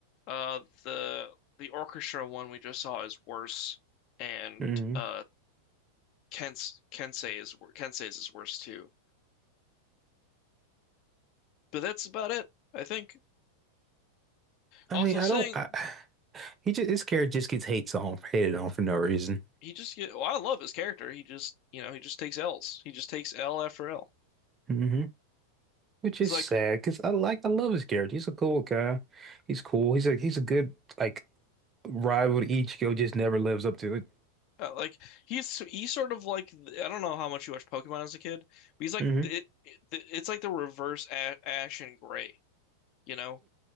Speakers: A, on the left; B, on the right.
A: Uh, the the orchestra one we just saw is worse, and
B: hmm
A: uh, Kens Kensei is wor- Kensei's is worse too. But that's about it, I think.
B: I
A: Also,
B: mean, I
A: saying
B: don't I, he just this character just gets hates on hated on for no reason.
A: he just get, well, I love his character. He just you know he just takes L's. He just takes L after L.
B: Mm-hmm. Which
A: He's
B: is
A: like
B: sad because I like I love his character. He's a cool guy. He's cool. He's a he's a good like rival to Ichigo, just never lives up to it.
A: uh, like he's he's sort of like I don't know how much you watched Pokemon as a kid, but he's like
B: hmm
A: it, it it's like the reverse A- Ash and Gray. You know,